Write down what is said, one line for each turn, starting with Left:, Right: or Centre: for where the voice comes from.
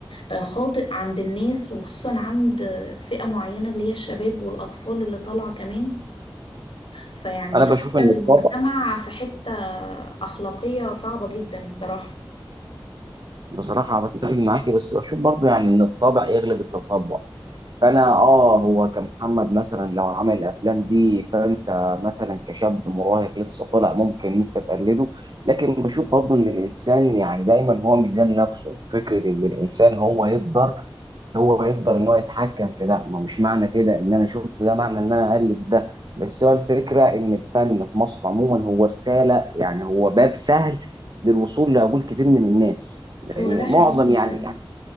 Left: آه، خاطئ عند الناس وخصوصا عند فئة معينة اللي هي الشباب والأطفال اللي طالعة كمان فيعني
Right: انا
Left: خلى
Right: بشوف ان الطبع
Left: المجتمع في حتة أخلاقية صعبة جدا الصراحة
Right: بصراحه بتفق معاكي بس بشوف برضه يعني ان الطبع يغلب التطبع فانا اه هو كمحمد مثلا لو عمل الافلام دي فانت مثلا كشاب مراهق لسه طالع ممكن إن انت تقلده لكن بشوف برضه ان الانسان يعني دايما هو ميزان نفسه فكره ان الانسان هو يقدر هو يقدر ان هو يتحكم في ده ما مش معنى كده ان انا شفت ده معنى ان انا اقلد ده بس هو الفكره ان الفن في مصر عموما هو رساله يعني هو باب سهل للوصول لعقول كتير من الناس
Left: هو
Right: لان
Left: ده حقيقي
Right: معظم
Left: فعلا
Right: يعني